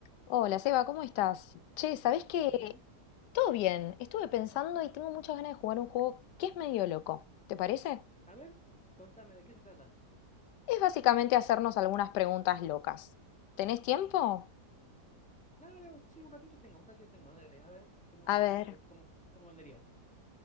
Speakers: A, on the left (about 80°); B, in the centre.
A: Hola, Seba, ¿cómo estás? Che, ¿sabés qué?
B: Pero bien.
A: Todo bien. Estuve pensando y tengo muchas ganas de jugar un juego que es medio loco. ¿Te parece?
B: A ver, contame de qué se trata.
A: Es básicamente hacernos algunas preguntas locas. ¿Tenés tiempo?
B: Dale, sí, un ratito tengo, un ratito tengo. Dale, a ver, ¿cómo,
A: A
B: cómo,
A: ver,
B: eh, cómo, cómo vendría?